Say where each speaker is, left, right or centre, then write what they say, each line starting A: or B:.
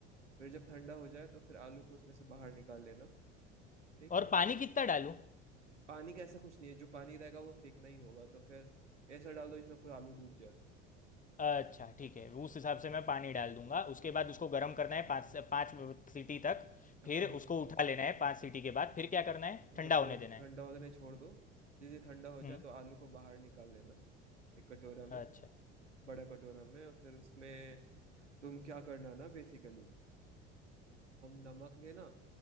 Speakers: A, on the right; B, on the left.
A: फिर जब ठंडा हो जाए तो फिर आलू को उसमें से बाहर निकाल लेना ठीक
B: और पानी कितना डालूँ?
A: पानी का ऐसा कुछ नहीं है जो पानी रहेगा वो फेंकना ही होगा तो फिर ऐसा डाल दो जिसमें पूरा आलू डूब जाए
B: अच्छा ठीक है उस हिसाब से मैं पानी डाल दूंगा उसके बाद उसको गर्म करना है पाँच से पाँच सीटी तक
A: हाँ
B: फिर उसको उठा लेना है पाँच सीटी के बाद फिर क्या करना है
A: उसको
B: ठंडा
A: थोड़ा
B: होने देना है
A: ठंडा होने छोड़ दो जैसे ठंडा हो जाए
B: हम्म
A: तो आलू को बाहर निकाल लेना एक कटोरा में
B: अच्छा
A: बड़ा कटोरा में और फिर उसमें तुम क्या करना ना बेसिकली नमक लेना